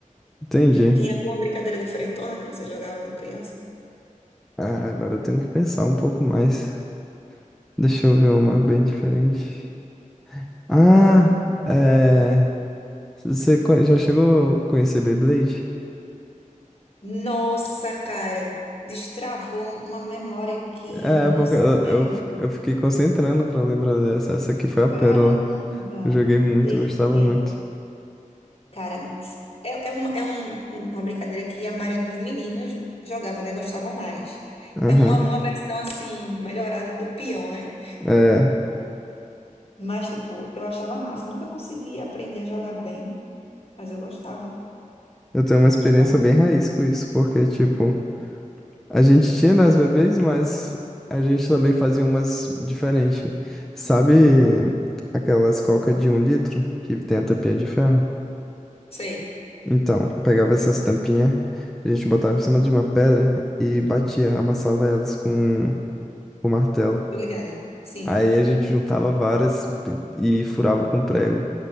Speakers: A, in the centre; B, on the left.
A: entendi.
B: Tinha alguma brincadeira diferentona que você jogava quando criança?
A: Ah, agora eu tenho que pensar um pouco mais. Deixa eu ver uma bem diferente. Ah,
B: Mas, é-
A: é... Você co- já chegou a conhecer Beyblade?
B: nossa, cara, destravou uma memória aqui
A: É,
B: no meu
A: porque
B: cérebro.
A: eu, eu, fi- eu fiquei concentrando pra lembrar dessa. Essa aqui foi a pérola.
B: Caramba!
A: Eu joguei muito,
B: Play,
A: gostava muito.
B: Cara, é, é, uma, é um- um, uma brincadeira que a maioria dos meninos jogava, né? Gostavam mais.
A: Aham.
B: É uma, uma versão, assim, melhorada do peão, né?
A: É,
B: Mas, tipo, eu achava massa. Nunca consegui aprender a jogar bem, mas eu gostava.
A: eu tenho uma experiência
B: Gostava.
A: bem raiz com isso, porque, tipo, a gente tinha nas bebês, mas a gente também fazia umas diferentes. Sabe aquelas coca de um litro que tem a tampinha de ferro?
B: Sei,
A: Então, eu pegava essas tampinhas, a gente botava em cima de uma pedra e batia, amassava elas com, com martelo.
B: tô ligada. Sim.
A: Aí a gente juntava varas e furava com prego.